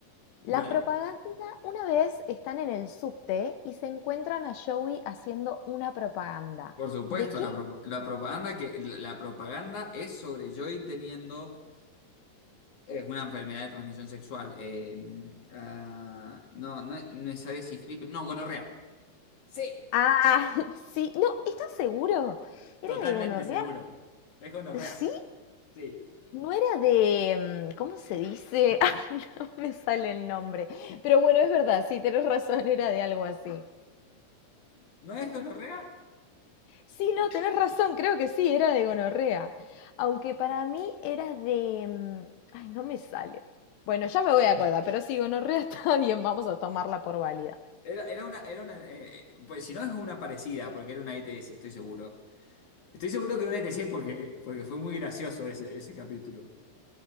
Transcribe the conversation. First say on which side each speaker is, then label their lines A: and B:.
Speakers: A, on the left; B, on the left.
A: La
B: Dale.
A: propaganda, una vez están en el subte y se encuentran a Joey haciendo una propaganda.
B: Por supuesto,
A: ¿De qué?
B: la, propo- la propaganda que la, la propaganda es sobre Joy teniendo eh, una enfermedad de transmisión sexual. Eh, ah, no, no, no es Ares y Flip, no, gonorrea. Sí.
A: Ah, <laughs> sí, no, ¿estás seguro? ¿Era
B: Totalmente
A: de gonorrea?
B: seguro. Es gonorrea.
A: Sí,
B: Sí.
A: no era de, mm, ¿cómo se dice? <laughs> Ay, no me sale el nombre. Pero bueno, es verdad, sí, tenés razón, era de algo así.
B: ¿No es gonorrea?
A: Sí, no, tenés razón, creo que sí, era de gonorrea. Aunque para mí era de... mm, Ay, no me sale. Bueno, ya me voy a acordar, pero sí, gonorrea <laughs> está bien, vamos a tomarla por válida.
B: Era, era una, era una, eh, pues si no es una parecida, porque era una ETS, estoy seguro. Estoy seguro que era una ETS porque, porque fue muy gracioso ese, ese capítulo.